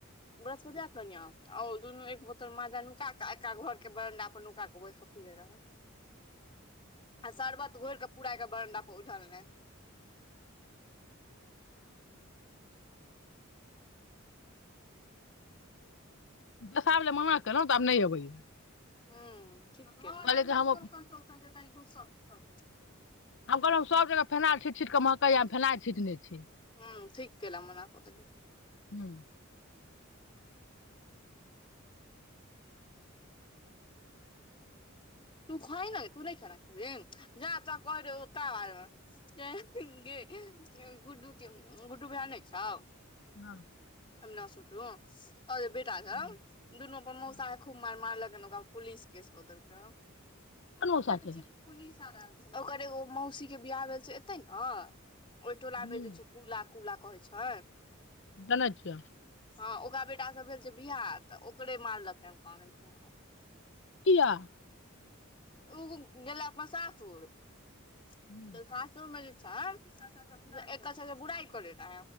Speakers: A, on the left; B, on the left.
A: बृहस्पतिया क कनिया औ दुनू एक बोतल मजा नुका क एकरा घर के बरंडा पर नुका के बैस के पिये रहे आ शरबत घोरि कऽ पुरा के बरन्दा पर उझलने
B: दशहारा मे जे मना केलहुँ तऽ आब नहि अबैया
A: हूं घर और
B: कि
A: में
B: हम
A: सोलकन सोलकन त <unintelligible> स स
B: हम कहलहु हम सभ जगह फेनाइल छीट छीट क महकैय हम फेनाइ छीट नहि छी
A: ह ठीक केलौं मना क देलियै
B: हू
A: तू खाहि न न गै तू नहि खाना खेबही जा त क <unintelligible> क बमे <unintelligible> ग गुडू गुड्डू भए नहि छौ
B: हँ
A: न सुुतनु अर बेटा सब
B: हँ
A: दुनू अपन मोसा
B: हँ
A: क खूब मार मारलक ओकरा पुलिस केस क देलखीन
B: कोन मौसा छै
A: पुलिस सब आयल छलै ओकर एगो मौसी के बियाह भेल छै एते ने ओहि टोला
B: हुँ
A: मे जे छै कुला कुला कहै छ
B: जानै छिय
A: हँ ओकरा बेटा स भेल छै बियाह तऽ ओकरे मारलकहए कान दैन खुबमैर
B: किया।
A: उ गेले अपन सासुर त
B: हुँ
A: सासुर सासुर मेजे छै एकर सब बुराइ करे रह